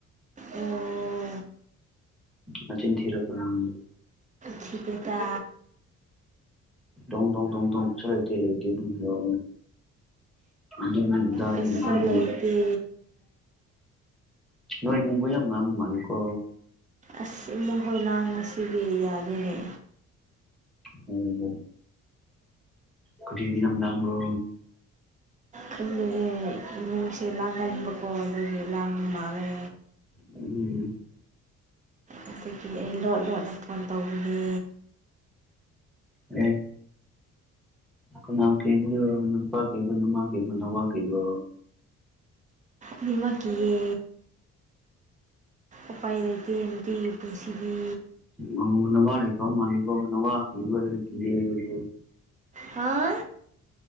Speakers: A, on the right; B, in the centre.
A: ꯑꯣ
B: ꯃꯆꯤꯟ ꯊꯤꯔꯛꯀꯅꯣ
A: ꯊꯤꯗꯦꯗ
B: ꯗꯣꯡ ꯗꯣꯡ ꯗꯣꯡ ꯗꯣꯡꯁꯨ ꯂꯩꯇꯦ ꯂꯩꯇꯦ ꯑꯗꯨꯒꯤꯔꯣ ꯗꯨꯅꯤ ꯗꯥꯅꯤ
A: ꯀꯩꯁꯨ
B: ꯗꯨꯅꯤ
A: ꯂꯩꯇꯦ
B: ꯗꯥꯅꯤ ꯅꯣꯏ ꯏꯃꯨꯡꯗꯣ ꯌꯥꯝ ꯉꯥꯡꯕ ꯃꯥꯜꯂꯤꯀꯣ
A: ꯑꯁ ꯏꯃꯨꯡ ꯍꯣꯏ ꯂꯥꯡꯕꯁꯤꯗꯤ ꯌꯥꯗꯦꯅꯦ
B: ꯎꯝ ꯀꯔꯤꯒꯤ ꯌꯥꯝ ꯂꯥꯡꯕ꯭ꯔꯣ
A: ꯈꯪꯗꯦꯅꯦ ꯏꯃꯨꯡꯁꯦ ꯂꯥꯡꯒꯟꯕꯀꯣ ꯑꯗꯨꯗꯒꯤ ꯂꯥꯡꯕ ꯃꯥꯜꯂꯦ
B: ꯎꯝ
A: ꯑꯗꯨꯒꯤ ꯑꯩ ꯂꯣꯠ ꯂꯣꯠꯅ ꯐꯣꯟ ꯇꯧꯕꯅꯦ
B: ꯑꯦ ꯀꯅꯥ ꯀꯤꯕꯅꯔꯣ ꯅꯄꯥ ꯀꯤꯕ ꯅꯃꯥ ꯀꯤꯕ ꯅꯋꯥ ꯀꯤꯕꯔꯣ
A: ꯑꯅꯤꯃꯛ ꯀꯤꯌꯦ ꯎꯄꯥꯏ ꯂꯩꯇꯦ ꯅꯨꯡꯄꯝꯒꯤ ꯄꯨꯟꯁꯤꯗꯤ
B: ꯑꯣ ꯅꯋꯥ ꯂꯩꯇꯕ ꯃꯥꯜꯂꯦꯀꯣ ꯅꯋꯥ ꯀꯤꯕꯔ ꯍꯥꯢꯔꯒ ꯀꯤꯌꯦ ꯍꯥꯢꯕꯗꯣ
A: ꯍꯥ